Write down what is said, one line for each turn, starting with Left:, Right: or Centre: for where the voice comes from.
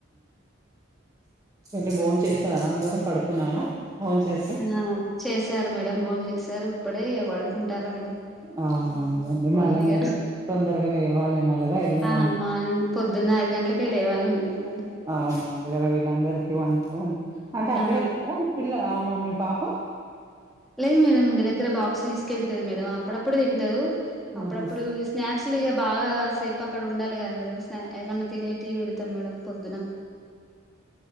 Right: ఎంటి భోంచేసారా అందరూ, పడుకున్నారా? భోం చేెస్
Centre: ఆ చేసారు మేడం భోం చేసారు ఇప్పుడే ఇగ పడుకుంటార మేడం.
Right: అవునవునండి
Centre: నేను కూడా పడుకోవాలి
Right: మళ్ళా
Centre: ఇగ
Right: మీరు తొందరగా లేవాలేమో కదా ఎర్లీమా
Centre: ఆ మార్నింగ్ పొద్దున్న ఐదు గంటలకే లేవాలి మేడం మళ్ళీ.
Right: అవునా అదే కదా వీళ్ళ అందరికి వం వం అంటే అక్కడే
Centre: ఆ
Right: తింటదా మీ పిల్ల మీ పాప
Centre: లేదు మేడం ఇంటి దగ్గరే బాక్స్ తీసుకెళ్తది మేడం. అప్పుడప్పుడు తింటదు, అప్పుడప్పుడు
Right: ఆహా
Centre: స్నాక్స్లు ఇగ బాగా సేపు అక్కడ ఉండాలి కదా మేడమ్. ఏమన్నా తినేటీయి పెడతం మేడం పొద్దునా.